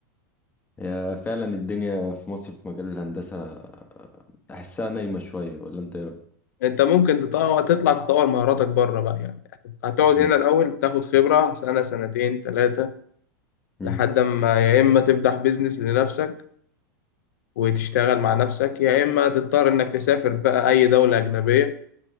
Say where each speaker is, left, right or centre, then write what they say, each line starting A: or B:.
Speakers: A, on the left; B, on the left.
A: هي فعلا الدنيا في مصر في مجال الهندسة احسها نايمة شوية ولا انت ايه رأيك
B: انت ممكن تطور تطلع تطور مهاراتك بره بقى يعني هتقعد
A: مم.
B: هنا الاول تاخد خبرة سنة سنتين ثلاثة
A: مم.
B: لحد ما يا اما تفتح بيزنس لنفسك وتشتغل مع نفسك يا اما تضطر انك تسافر بقى اي دولة اجنبية